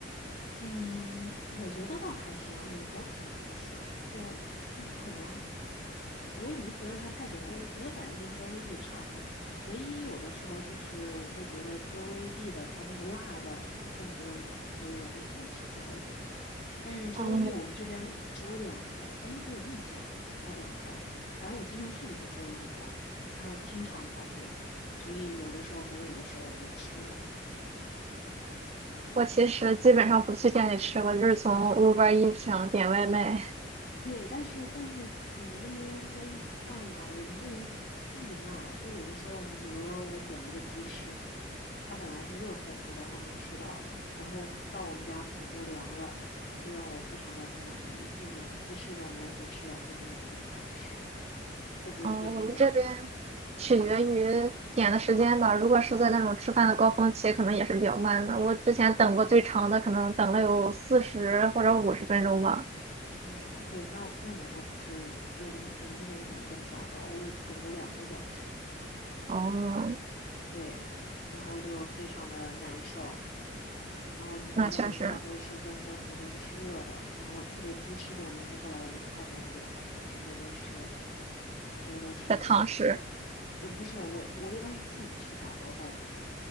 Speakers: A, on the left (about 55°); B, on the right (about 35°).
A: 嗯，我觉得倒还行，美国可能还行，就就可能我也没觉得它太咸，我觉得反正跟 Jollibee 差不多。唯一有的时候就是我会觉得 Jollibee 的它那个辣味儿更多一点儿，所以我更喜欢吃 Jollibee。但是 Jollibee
B: 嗯。
A: 我们这边只有两家，好像只有一家还是两家，反正我经常去的就只有一家，然后经常排队，所以有的时候没有的时候我就吃
B: 我其实基本上不去店里吃，我就是从 Uber Eats 上点外卖。
A: 对，但是但是你们那边用 Uber Eats 快吗？我们这边巨慢，就有的时候你比如说我点了一个鸡翅，它本来是热乎乎的还能吃到，然后到我们家可能都凉了，就让我非常的不满意。就是鸡翅这种东西吃凉的真的不怎么好吃，或者是温的。
B: 嗯，我们这边取决于点的时间吧。如果是在那种吃饭的高峰期，可能也是比较慢的。我之前等过最长的，可能等了有四十或者五十分钟吧。
A: 嗯，对，那我那你还不是我们我们这边可能更糟糕，我有一次等过两个小时，
B: 哦，
A: 对，然后就非常的难受。然后拿到的菜都是温温的，
B: 那确实
A: 都不是热的。然后特别鸡翅这种东西，后来我就不太敢点了，就直接都是，直接都是那个什么，
B: 在堂食。
A: 就不是我我一般是自己去打包带走，